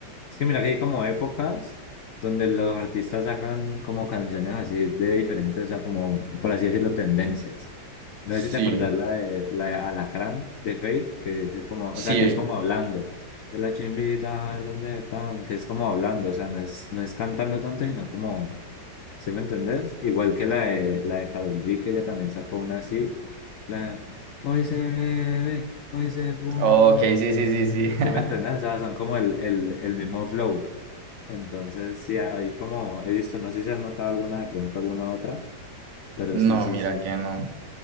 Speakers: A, on the left (about 85°); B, on the right (about 65°).
A: Es que mira que hay como épocas donde los artistas sacan como canciones así de diferentes, o sea, como, por así decirlo, tendencias. No
B: Sí.
A: sé si te acordás la de, la de Alacrán de Fate, que es como,
B: Sí.
A: o sea, que es como hablando. Es la chimbita, a ver dónde están, que es como hablando, o sea, no es, no es cantando tanto, sino como, ¿sí me entendés? Igual que la de, la de Karol G, que ella también sacó una así, la de, hoy se bebe, hoy se fuma.
B: Ok, sí, sí, sí, sí.
A: ¿Sí
B: <laughs>
A: me entendés? O sea, son como el, el, el mismo flow. Entonces, sí, ahí como he visto, no sé si has notado alguna, de pronto alguna otra, pero sí,
B: No,
A: sí,
B: mira
A: sí.
B: que no.